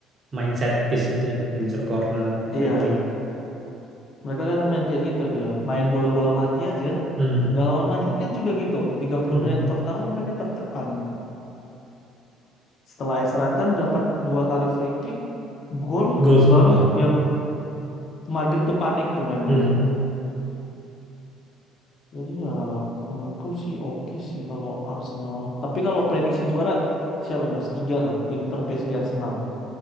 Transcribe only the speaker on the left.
iya
Mereka kan main kayak gitu dia. Main bola-bola mati aja.
Udah lawan Madrid kan juga gitu. Tiga puluh
menit pertama mereka tertekan. Setelah extra time dapat dua kali free kick, gol
baru
yang Madrid tuh panik tuh mainnya
tuh. Jadi ya menurutku sih oke sih kalau Arsenal. Tapi kalau prediksi juara siapa nih Mas? Tiga lah. Inter, PSG, Arsenal.